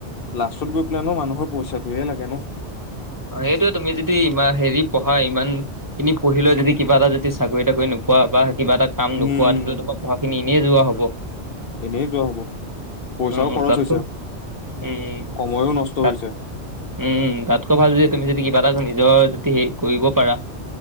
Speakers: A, on the left (about 60°); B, on the right (about 20°).
A: লাষ্টত গৈ পেলাই নো মানুহক পইচাটোয়ে লাগে ন।
B: অঁ' সেইটোয়ে তুমি যদি ইমান হেৰি পঢ়া ইমান- খিনি পঢ়িলা যদি কিবা এটা যদি চাকৰি তাকৰি নোপোৱা বা কিবা এটা- কাম
A: উম,
B: নোপোৱা তেতিয়া হলে তোমাৰ পঢ়াখিনি এনেই যোৱা হ'ব।
A: এনেই যোৱা হ'ব, পইচাও
B: উম
A: খৰচ
B: তাতকৈ
A: হৈছে,
B: উম
A: সময়ও নষ্ট
B: তাত
A: হৈছে।
B: উম' তাতকৈ ভাল যদি তুমি যদি কিবা এটা নিজৰ যদি হেৰি কৰিব পাৰা।